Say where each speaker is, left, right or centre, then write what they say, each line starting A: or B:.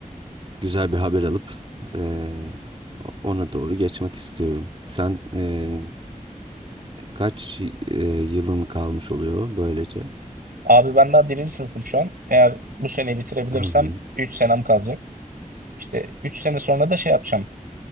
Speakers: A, on the right; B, on the right.
A: güzel bir haber alıp e, ona doğru geçmek istiyorum. Sen e, kaç e, yılın kalmış oluyor böylece?
B: Abi ben daha birinci sınıfım şu an. Eğer bu seneyi bitirebilirsem
A: Hı hı,
B: 3 senem kalacak. İşte 3 sene sonra da şey yapacağım.